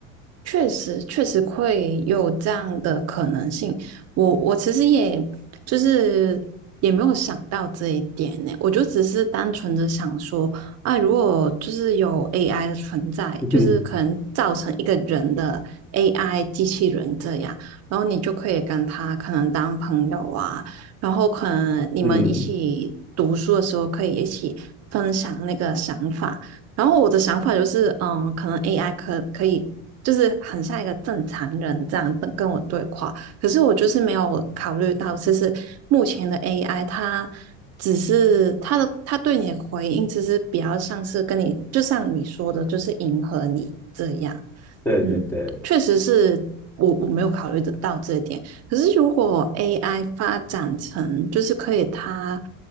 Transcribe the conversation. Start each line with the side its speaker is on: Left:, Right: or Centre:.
Right: 确实，确实会有这样的可能性。我我其实也就是也没有想到这一点呢，我就只是单纯的想说啊，如果就是有 AI 的存在，
Centre: <laughs>
Right: 就是可能造成一个人的 AI 机器人这样，然后你就可以跟他可能当朋友啊，然后可能你们一起读书的时候可以一起分享那个想法。
Centre: 嗯，
Right: 然后我的想法就是，嗯，可能 AI 可可以就是很像一个正常人这样跟跟我对话，可是我就是没有考虑到，其实目前的 AI 它只是它的它对你的回应，其实比较像是跟你，就像你说的，就是迎合你这样。
Centre: 对对对，
Right: 嗯，确实是我我没有考虑得到这点。可是如果 AI 发展成就是可以它，